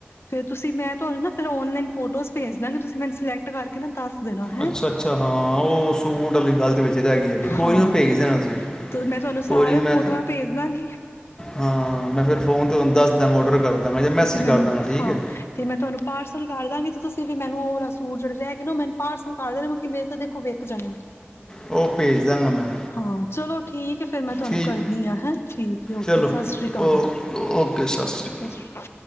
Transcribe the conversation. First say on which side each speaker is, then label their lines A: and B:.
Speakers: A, on the left; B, on the left.
A: ਫੇਰ ਤੁਸੀਂ ਮੈਂ ਤੁਆਨੂੰ ਨਾ ਫੇਰ ਓਨਲਾਈਨ ਫੋਟੋਜ਼ ਭੇਜ ਦਾਂਗੀ। ਤੁਸੀਂ ਮੈਨੂੰ ਸਿਲੈਕਟ ਕਰਕੇ ਨਾ ਦੱਸ ਦੇਣਾ ਹੈ
B: ਅੱਛਾ ਅੱਛਾ ਹਾਂ ਉਹ ਸੂਟ ਲ ਗੱਲ ਤੇ ਵਿੱਚ ਰਹਿ ਗੀ ਸਾਡੀ। ਕੋਈ
A: ਹਾਂ
B: ਨੀ ਓ ਭੇਜ ਦੇਣਾ ਤੁਸੀਂ।
A: ਤੇ ਮੈਂ ਤੁਹਾਨੂੰ ਸਾਰਾ
B: ਕੋਈ ਨੀ, ਮੈਂ
A: ਫੋਟੋਆਂ ਭੇਜ ਦਾਂਗੀ
B: ਹਾਂ, ਮੈਂ ਫਿਰ ਫੋਨ ਤੇ ਤੁਆਨੂੰ ਦੱਸ ਦਿਆਂਗਾਂ, ਔਡਰ ਕਰ ਦਾਂਗਾ ਜਾਂ ਮੈਸੇਜ
A: ਤੁਸੀਂ ਮੈਨੂੰ
B: ਕਰ ਦਾਂਗਾ ਠੀਕ
A: ਹਾਂ
B: ਹੈ
A: ਤੇ ਮੈਂ ਤੁਹਾਨੂੰ ਪਾਰਸਲ ਕਰ ਦਾਂਗੀ ਤੁਸੀਂ ਵੀ ਮੈਨੂੰ ਉਹ ਵਾਲਾ ਸੂਟ ਜਿਹੜੇ ਰਹਿ ਗਏ ਨਾ ਉਹ ਮੈਨੂੰ ਭਾਰ ਸਨ ਕਰ ਦੇ ਕਿ ਮੇਰੇ ਤਾਂ ਦੇਖੋ ਵਿਕ ਜਾਨੇ
B: ਉਹ ਭੇਜ ਦਾਂਗਾ ਮੈਂ
A: ਹਾਂ ਚਲੋ ਠੀਕ ਹੈ ਫੇਰ ਮੈਂ ਤੁਹਾਨੂੰ
B: ਠੀਕ
A: ਕਰਦੀ ਹਾਂ ਹੈਂ ਠੀਕ ਹੈ ਓਕੇ
B: ਚਲੋ
A: ਸਤਿ ਸ੍ਰੀ ਅਕਾਲ
B: ਓ ਓਕੇ ਸਤਿ ਸ਼੍ਰੀ ਅਕਾਲ